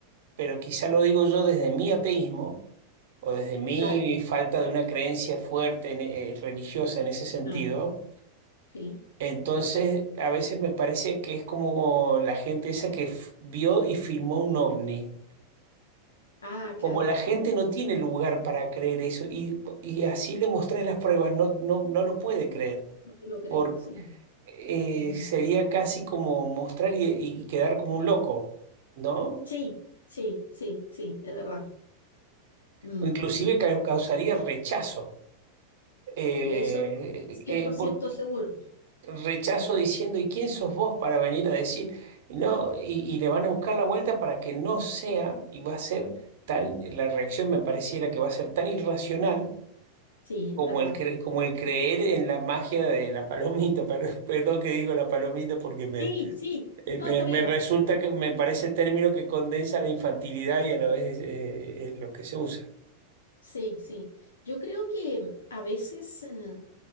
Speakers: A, on the right; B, on the left.
A: pero quizá lo digo yo desde mi ateísmo o desde mi
B: claro.
A: falta de una creencia fuerte en- eh, religiosa en ese sentido.
B: Ah, sí.
A: Entonces, a veces me parece que es como la gente esa que f- vio y filmó un ovni.
B: Ah,
A: Como
B: claro.
A: la gente no tiene lugar para creer eso, y, y así le mostrás
B: sí,
A: las pruebas, no, no, no lo puede creer,
B: No te lo creen,
A: porque
B: sí.
A: eh,
B: Mm.
A: sería casi como mostrar y, y quedar como un loco, ¿no?
B: Sí, sí, sí, sí, es verdad. Mm,
A: O inclusive ca- causaría rechazo. Eh,
B: le- Eso es cien
A: eh,
B: por ciento
A: vo-
B: seguro.
A: rechazo diciendo, ¿y quién sos vos para venir a decir? No, y, y le van a buscar la vuelta para que no sea, y va a ser tan, la reacción me pareciera que va a ser tan irracional
B: Sí,
A: como
B: es verdad.
A: el, cre- como el creer en la magia de la palomita, pero- <laughs> perdón que digo la palomita porque me,
B: Sí, sí.
A: eh,
B: No,
A: me,
B: está bien.
A: me resulta que me parece el término que condensa la infantilidad y a la vez eh, eh, lo que se usa.
B: Sí, sí. Yo creo que mm, a veces... eh,